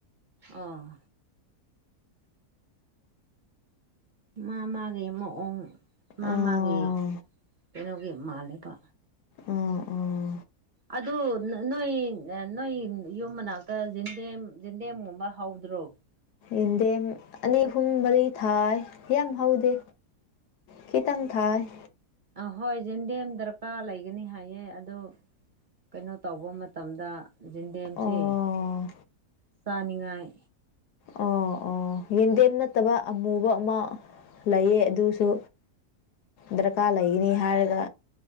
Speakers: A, on the right; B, on the left.
A: ꯑꯥ ꯃꯥ ꯃꯥꯒꯤ ꯃꯑꯣꯡ ꯃꯥ
B: ꯑꯥ
A: ꯃꯥꯒꯤ ꯀꯩꯅꯣꯒꯤ ꯃꯥꯜꯂꯤꯕ
B: ꯑꯥ ꯑꯥ
A: ꯑꯗꯨ ꯅꯣꯏ ꯅꯣꯏ ꯌꯨꯝ ꯃꯅꯥꯛꯇ ꯟꯗꯦꯝ ꯟꯗꯦꯝꯒꯨꯝꯕ ꯍꯧꯗ꯭ꯔꯣ
B: ꯏꯟꯗ ꯑꯅꯤ ꯑꯍꯨꯝ ꯃꯔꯤ ꯊꯥꯏ ꯌꯥꯝ ꯍꯧꯗꯦ ꯈꯤꯇꯪ ꯊꯥꯏ
A: ꯑ ꯍꯣꯏ ꯦꯟꯗꯦꯝ ꯗꯔꯀꯥꯔ ꯂꯩꯒꯅꯤ ꯍꯥꯏꯌꯦ ꯑꯣ ꯀꯩꯅꯣ ꯇꯧꯕ ꯃꯇꯝꯗ ꯟꯗꯦꯝꯁ
B: ꯑꯣ
A: ꯆꯥꯅꯤꯡꯉꯥꯏ
B: ꯑꯣ ꯑꯣ ꯌꯦꯟꯗꯦꯝ ꯅꯠꯇꯕ ꯑꯃꯨꯕ ꯑꯃ ꯂꯩꯌꯦ ꯑꯗꯨꯁꯨ ꯗꯔꯀꯥꯔ ꯂꯩꯒꯅꯤ ꯍꯥꯏꯔꯒ